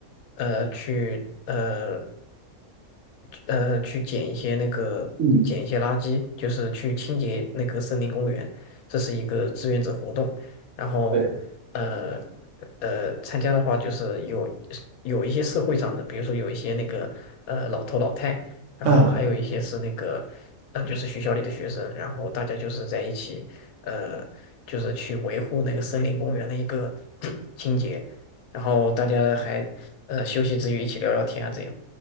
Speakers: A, on the left (about 80°); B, on the right (about 65°).
A: 呃去呃呃去捡一些那个捡一些垃圾，
B: 嗯，
A: 就是去清洁那个森林公园，这是一个志愿者活动。然后呃
B: 对，
A: 呃参加的话就是有有一些社会上的，比如说有一些那个呃老头老太，然后还有一些是那个呃就是学校里的学生，
B: 啊，
A: 然后大家就是在一起呃就是去维护那个森林公园的一个 <coughs> <clears throat> 清洁，然后大家还呃休息之余一起聊聊天啊这样，